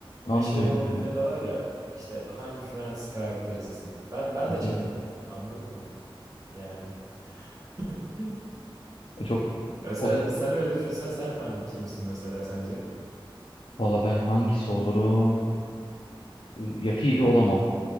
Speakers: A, on the left (about 75°); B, on the right (about 35°).
A: Anlıyorum
B: E şey muhabbetleri
A: yani.
B: de var ya. İşte hangi Friends karakterisin? Ben ben
A: Hı
B: de Chandler'ım.
A: hı.
B: Anladın mı? Yani. <laughs> Hı.
A: Ya Çok
B: Mesela
A: o da
B: sen öyle düşünsen sen hangi kimsin mesela sence?
A: valla ben hangisi olurum? Ee, Ya Phoebe olamam.